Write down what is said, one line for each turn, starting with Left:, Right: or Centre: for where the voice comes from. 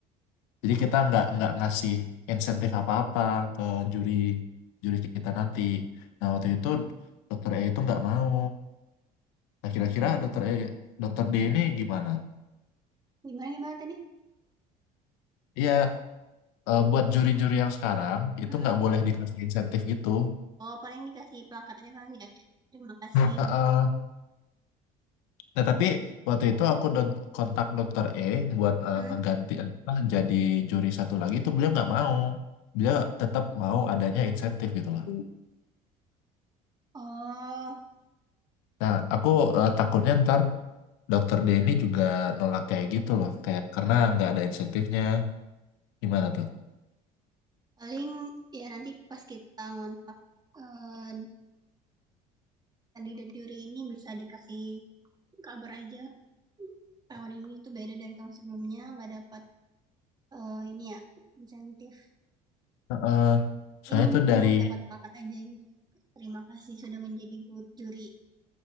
Left: Jadi kita nggak nggak ngasih insentif apa-apa ke juri juri kita nanti. Nah waktu itu dokter E itu nggak mau. Nah kira-kira dokter E dokter D ini gimana?
Right: Gimana gimana tadi?
Left: Iya eh, buat juri-juri yang sekarang itu
Right: Mm-mm.
Left: nggak boleh dikasih insentif gitu.
Right: Oh paling dikasih plakat aja kali Oke. Terima kasih.
Left: Heeh. Nah, tapi waktu itu aku don- kontak dokter E buat eh,
Right: Mm.
Left: ngeganti apa jadi juri satu lagi itu beliau nggak mau. Beliau tetap mau adanya insentif gitu loh.
Right: Oh
Left: Nah, aku eh, takutnya ntar dokter D ini juga nolak kayak gitu loh, kayak karena nggak ada insentifnya. Gimana tuh?
Right: paling ya nanti pas kita ngontak eh, kandidat juri ini bisa dikasih kabar aja tahun ini tuh beda dari tahun sebelumnya nggak dapat eh, ini ya insentif.
Left: Heeh.
Right: Paling
Left: soalnya tuh
Right: ini
Left: dari
Right: dapat plakat aja gitu. Terima kasih sudah menjadi gu- juri.